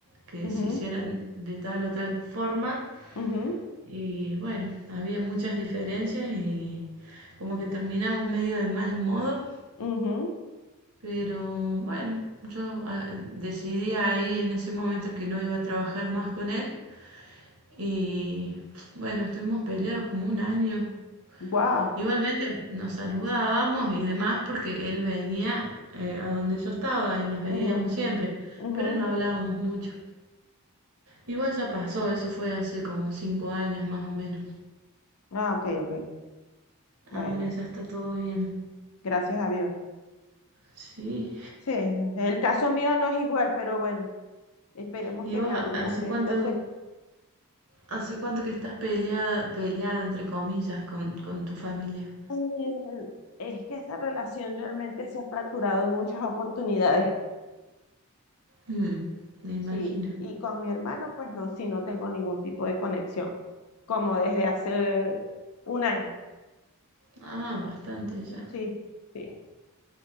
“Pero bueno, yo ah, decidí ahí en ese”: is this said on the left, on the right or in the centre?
Right